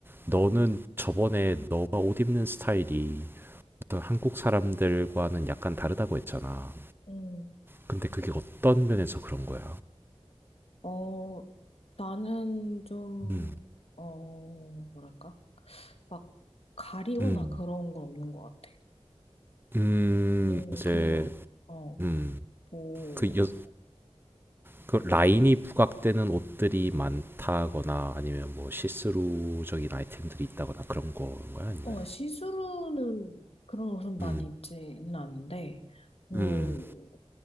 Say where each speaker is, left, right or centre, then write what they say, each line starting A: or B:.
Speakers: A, on the right; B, on the left.
A: 너는 저번에 너가 옷 입는 스타일이 어떤 한국 사람들과는 약간 다르다고 했잖아.
B: 음,
A: 근데 그게 어떤 면에서 그런 거야?
B: 어, 나는 좀,
A: 음,
B: 어, 뭐랄까? 막 가리거나
A: 음,
B: 그런 건 없는 것 같아.
A: 음,
B: 음,
A: 이제,
B: 그래서, 어,
A: 음,
B: 뭐,
A: 그, 여, 그 라인이 부각되는 옷들이 많다거나 아니면 뭐 시스루적인 아이템들이 있다거나 그런 건가요? 아니면,
B: 어, 시스루는 그런 옷은 많이
A: 음,
B: 입지는 않는데, 뭐,
A: 음,